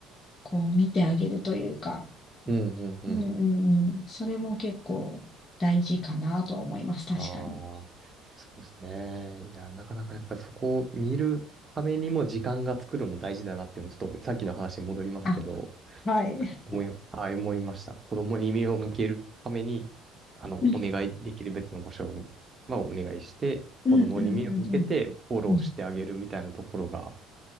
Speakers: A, on the left; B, on the right.
A: こう見てあげるというか、
B: うんうんうん。
A: うんうんうん。それも結構大事かなとは思います。確かに。
B: ああ、そうですね。いや、なかなかやっぱりそこを見るためにも時間が作るのも大事だなって、もうちょっとさっきの話に戻りますけど、
A: あ、はい。
B: 思い、あ、思いました。子供に目を向けるために、あの、
A: うん
B: お願いできる別の場所を、まあ、お願いして、子供に目を向けてフォローしてあげるみたいなところが
A: うんうんうんうん。うん